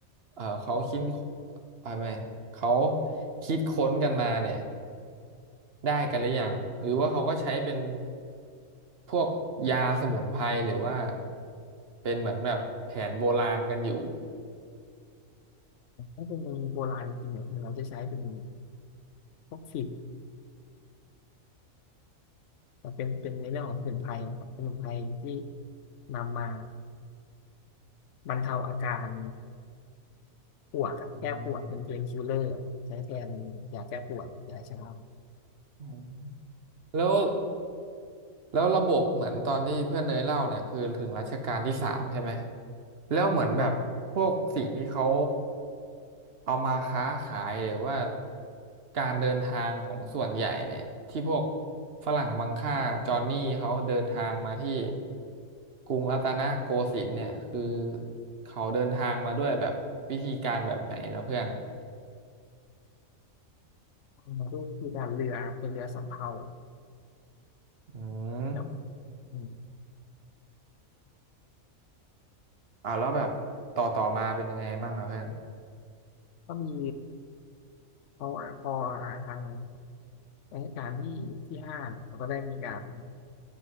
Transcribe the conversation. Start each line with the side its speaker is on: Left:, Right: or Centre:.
Right: เอ่อเขาคิดอะไรไหมเขาคิดค้นกันมาเนี่ยได้กันหรือยังหรือว่าเขาก็ใช้เป็นพวกยาสมุนไพรหรือว่าเป็นเหมือนแบบแผนโบราณกันอยู่
Left: ถ้าเป็นเมืองโบราณจริงๆเนี่ยเราจะใช้เป็นพวกฝิ่นแต่เป็นเป็นในเรื่องของสมุนไพรนะครับสมุนไพรที่นำมาบรรเทาอาการปวดอะแก้ปวดเป็นเพนคิลเลอร์ใช้แทนยาแก้ปวดยาชา
Right: อืมอืมแล้วแล้วระบบเหมือนตอนที่เพื่อนเนยเล่าเนี่ยคือถึงรัชกาลที่สามใช่ไหมแล้วเหมือนแบบพวกสิ่งที่เขา
Left: ใช่
Right: เอามาค้าขายหรือว่าการเดินทางของส่วนใหญ่เนี่ยที่พวกฝรั่งมังค่าจอห์นนี่เขาเดินทางมาที่กรุงรัตนโกสินทร์เนี่ยคือเขาเดินทางมาด้วยแบบวิธีการแบบไหนแล้วเพื่อน
Left: มาด้วยวิธีการเรือเป็นเรือสำเภา
Right: อืม
Left: ครับอืม
Right: อ่าแล้วแบบต่อต่อมาเป็นยังไงบ้างอะเพื่อน
Left: ก็มีพอพอทาง รัชกาลที่ที่ห้าเนี่ยเขาก็ได้มีการ